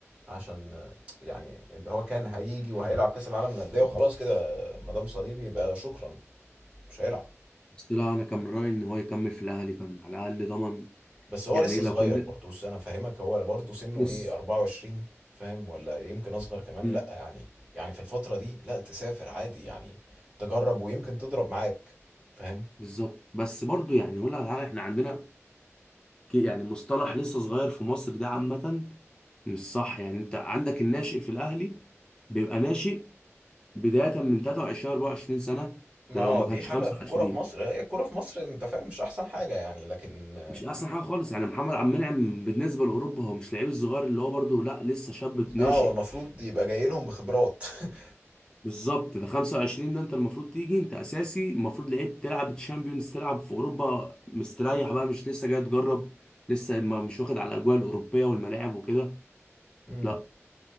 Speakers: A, on the right (about 25°); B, on the left (about 15°).
A: عشان يعني اللي هو كان هيجي وهيلعب كاس العالم للانديه وخلاص كده ما دام صليبي يبقى شكرا مش هيلعب
B: بس لا انا كان من رايي ان هو يكمل في الاهلي كان على الاقل ضمن
A: بس هو
B: يعني
A: لسه
B: لو
A: صغير
B: كان
A: برضه بس انا فاهمك هو برضه سنه
B: بص
A: ايه 24 فاهم ولا يمكن اصغر كمان
B: امم
A: لا يعني يعني في الفترة دي لا تسافر عادي يعني تجرب ويمكن تضرب معاك فاهم
B: بالظبط بس برضو يعني اقول لك على حاجه احنا عندنا ك- يعني مصطلح لسه صغير في مصر ده عامه مش صح يعني انت عندك الناشئ في الاهلي بيبقى ناشئ بدايه من 23 24 سنه
A: ما
B: ده
A: آه،
B: لو ما
A: دي
B: كانش
A: حاجة
B: 25
A: في الكورة في مصر هي الكورة في مصر انت فاهم مش احسن حاجة يعني لكن
B: مش احسن حاجه خالص يعني محمد عبد المنعم بالنسبه لاوروبا هو مش لعيب الصغير اللي هو برضو لا لسه شاب ناشئ
A: اه هو المفروض يبقى جاي لهم بخبرات <laughs>
B: بالظبط ده 25 ده انت المفروض تيجي انت اساسي المفروض لعيب تلعب تشامبيونز تلعب في اوروبا مستريح بقى مش لسه جاي تجرب لسه ما مش واخد على الاجواء الاوروبيه والملاعب وكده
A: امم
B: لا